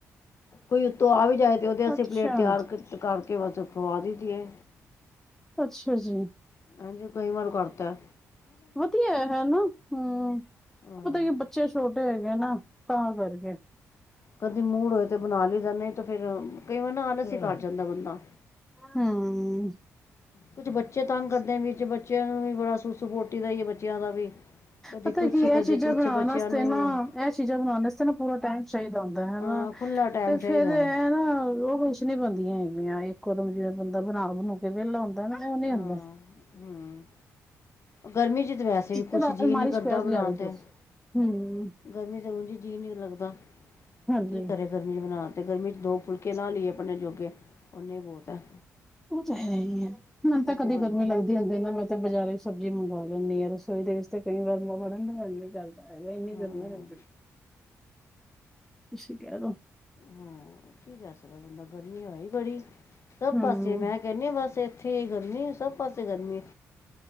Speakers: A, on the left (about 50°); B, in the centre.
A: ਕੋਈ ਉੱਤੋਂ ਆ ਵੀ ਜਾਵੇ ਤੇ ਉਹਦੇ ਵਾਸੇ
B: ਅੱਛਾ ਅੱਛਾ
A: ਪਲੇਟ ਤਿਆਰ ਕਰਕੇ ਬਸ ਖਵਾ ਦਿਦੀ ਏ।
B: ਅੱਛਾ ਜੀ।
A: ਐਜਕਈ ਵਾਰ ਕਰਤੈ।
B: ਵਧੀਐ ਹੈ ਨਾ। ਹੂੰ,
A: ਹਾਂ
B: ਪਤਾ ਕੀ ਬੱਚੇ ਛੋਟੇ ਹੈਗੇ ਨਾ ਤਾਂ ਕਰਕੇ।
A: ਕਦੇ ਮੂੜ ਹੋਏ ਤੇ ਬਣਾ ਲਈਦਾ, ਨਹੀਂ ਤੇ ਫੇਰ ਕਈ ਵਾਰ ਨਾ ਆਲਸ ਹੀ ਕਰ ਜਾਂਦੈ ਬੰਦਾ।
B: ਹੂੰ।
A: ਕੁਛ ਬੱਚੇ ਤੰਗ ਕਰਦੇ, ਵਿੱਚ ਬੱਚਿਆਂ ਨੂੰ ਵੀ ਬੜਾ ਸੁ ਸਪੋਟੀ ਦਾ ਈ ਏ ਬੱਚਿਆਂ ਦਾ ਵੀ ਕਦੀ
B: ਪਤਾ
A: ਕੁਛ
B: ਕੀ ਇਹ
A: ਕਦੀ
B: ਚੀਜ਼ਾਂ
A: ਕੁਛ
B: ਬਨਾਣ
A: ਬੱਚਿਆਂ
B: ਵਾਸਤੇ
A: ਨੂੰ
B: ਨਾ ਇਹ ਚੀਜ਼ਾਂ ਬਨਾਣ ਵਾਸਤੇ ਨਾ ਪੂਰਾ ਟਾਈਮ ਚਾਹੀਦਾ ਹੁੰਦਾ ਹੈਨਾ।
A: ਹਾਂ ਖੁੱਲਾ ਟਾਈਮ
B: ਤੇ
A: ਚਾਹੀਦਾ
B: ਫੇਰ ਇਹ
A: ਹੈ।
B: ਨਾ ਉਹ <inaudible> ਨ ਬਣਦੀਆਂ ਹੈਗੀਆਂ, ਇੱਕੋਦਮ ਜਿਵੇਂ ਬੰਦਾ ਬਣਾ ਬਣੂ ਕੇ ਵੇਲਾ ਹੁੰਦਾ ਨਾ ਉਹ ਨੀ
A: ਹਾਂ
B: ਹੁੰਦਾ।
A: ਹੂੰ ਗਰਮੀ ਚ ਤੇ ਵੈਸੇ ਵੀ
B: ਇੱਕ
A: ਕੁਛ
B: ਤਾਂ ਅਲਮਾਰੀ
A: ਜੀਅ ਨੀ ਕਰਦਾ
B: ਚ ਪਿਆ
A: ਬਨਾਨ
B: ਲਿਆ ਦੇ ਤੁਸੀਂ
A: ਤੇ
B: ਹਮ
A: ਗਰਮੀ ਤੇ ਉਜ ਜੀਅ ਨੀ ਲੱਗਦਾ
B: ਹਾਂਜੀ
A: ਕੀ ਕਰੇ। ਗਰਮੀ ਚ ਬਣਾ ਤੇ ਗਰਮੀ ਚ ਦੋ ਫੁਲਕੇ ਲਾ ਲਈਏ ਅਪਣੇ ਜੋਗੇ ਉਹਨੇ ਬਹੁਤ ਹੈ।
B: ਉਹ ਤਾਂ ਹੈ ਹੀ ਹੈ ਮੇਨਤੇ
A: ਇਹ
B: ਕਦੇ
A: ਤੇ ਬੰ
B: ਗਰਮੀ ਲੱਗਦ ਨਾ ਮੈਂ ਤਾਂ ਬਾਜ਼ਾਰ ਸਬਜ਼ੀ ਮੰਗਵਾ ਲੈਂਣੀ ਆ ਰਸੋਈ ਵਿੱਚ ਤੇ ਕਈ ਵਾਰੀ ਵੜਣ ਦਾ ਮੰਨੀ ਕਹਦੈ। ਐ ਨਹੀਂ
A: ਹਾਂ
B: ਕਰ <inaudible> ਤੁਸੀਂ ਕੈਹ ਦੋ
A: ਹਾਂ ਕੀ ਕਰ ਸਕਦਾ ਬੰਦਾ ਗਰਮੀ ਹੋਈ ਬੜੀ। ਸਭ
B: ਹਮ
A: ਪਾਸੇ ਮੈਂ ਕੈਹਨੀ ਆ ਬਸ ਇੱਥੇ ਗਰਮੀ ਸਭ ਪਾਸੇ ਗਰਮੀ।